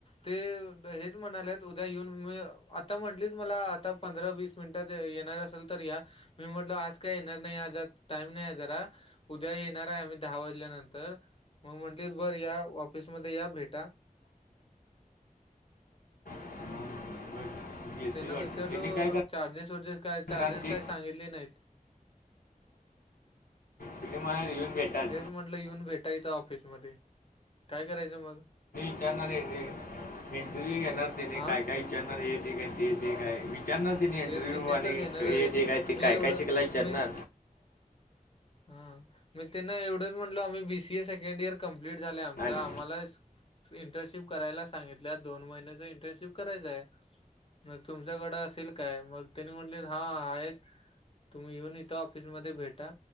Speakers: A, on the left; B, on the left.
A: ते हेच म्हणालेत उद्या येऊन मी आता म्हटलीच मला आता पंधरा वीस ये अस या मी म्हटल आज काय येणार नाहीाम नाही ज उद्या येणार आहे आम्ही दहा वाजल्यानंतर मग म्हंटली बर या ऑफिसमध्येध्ये या भेटा
B: मग येते
A: तेन
B: वाटतं
A: विचारल
B: त्यांनी काय
A: चार्जेस वर्जेस काय
B: करणार
A: चार्जेस
B: ते
A: काय सांगितली नाहीत
B: तिने मला येऊन भेटाच
A: हेच म्हटलं येऊन भेटायचं ऑफिस मध्ये काय करायचं मग
B: ारणार इंटरव्ह घेणारने
A: हा
B: काय काय विचारणार ते ते काय त्यांना तिने
A: तेच
B: ड्रीम
A: किती
B: आणि
A: तर घेणार
B: हे जे काय ते
A: मी
B: काय
A: एवढं
B: काय शिकलाय त्यांना
A: मी हा मी त्यांना एवढंच म्हटलो आम्ही BCA second year complete झालंय आमच
B: आणि
A: आम्हाला इंटर्नशिप करायला सांगितल्या दोन महिन्याच इंटर्नशिप करायचंय मग तुमच्याकडें असेल काय मग त्यांनी म्हटले हा आहेत तुम्ही येऊन इथं ऑफिसमध्येध्ये भेटा